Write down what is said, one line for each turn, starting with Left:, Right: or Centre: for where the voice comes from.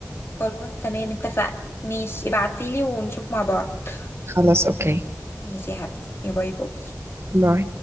Left: خلاص تمام اتفقنا ماشي ابعتيلي ونشوف مع بعض
Right: خلاص اوكي
Left: ماشي يا حبيبتي يا باي باي
Right: باي